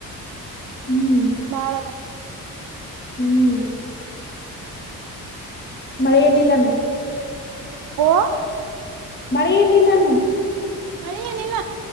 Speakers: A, on the left; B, on the right.
A: ಹ್ಮ್
B: ಬಾಳದವ.
A: ಹ್ಮ್. ಮಳೆಯಲ್ಲಿಲ್ಲಾನ.
B: ಓಹ್.
A: ಮಳೆ ಏನಿಲ್ಲಾನೂ.
B: ಮಳಿ ಏನಿಲ್ಲ